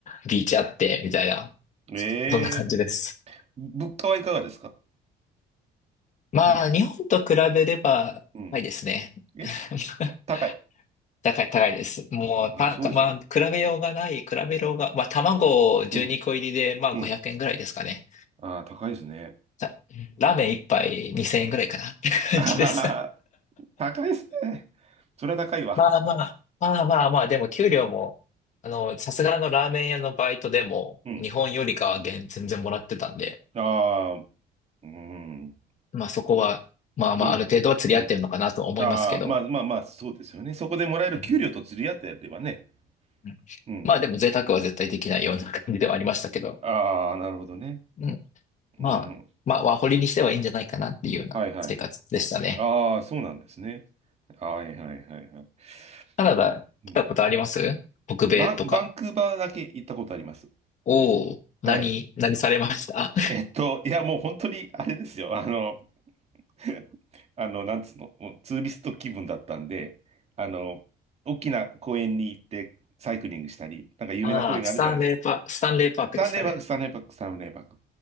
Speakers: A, on the left; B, on the right.
A: ビーチあって、みたいな、
B: ええ
A: そんな感じです。
B: ー、物価はいかがですか
A: まあ、
B: ぶ
A: 日本と比べれば、
B: うん。
A: 高いですね。
B: え、
A: <laughs>
B: 高い。
A: 高い、高いです。もう、
B: まあ、
A: た、
B: そうでしょうね。
A: まあ、比べようがない、比べようが、まあ、卵12個入りで、
B: うん。
A: まあ、
B: うん。
A: 500円ぐらいですかね。
B: ああ、高いですね。
A: さラーメン一杯2000円ぐらいかな。<laughs> って感じです
B: あははは高いですね。それは高いわ。
A: まあまあ、まあまあまあ、でも給料も、あの、さすがのラーメン屋のバイトでも、
B: うん。
A: 日本よりかは現全然もらってたんで、
B: ああ、うーん。
A: まあそこは、まあまあ、
B: うん。
A: ある程度は釣り合ってるのかなとは思いますけど、
B: うん。ああ、まあまあまあ、そうですよね。そこでもらえる給料と釣り合ってやればね。
A: うんうんまあでも贅沢は絶対できないような感じではありましたけど、
B: うん。ああ、なるほどね。
A: うん、まあ、
B: うん。
A: まあ、ワーホリにしてはいいんじゃないかなっていうような生活でしたね。
B: はいはい。ああ、そうなんですね。はいはいはいはい。
A: カナダ来たことあります北米とか。
B: なるほど。うん。バン、バンクーバーだけ行ったことあります。
A: おお、
B: はい。
A: 何、何されました
B: えっと、いやもう本当にあれですよ。あの、<laughs> あの、なんつうの、もうツーリスト気分だったんで、あの、大きな公園に行ってサイクリングしたり、
A: <laughs>
B: なんか有名な公園があるじゃないですか。
A: ああ、スタンレーパ、スタンレーパークですかね。
B: サンデーバック、サンデーバック、サンデーバック。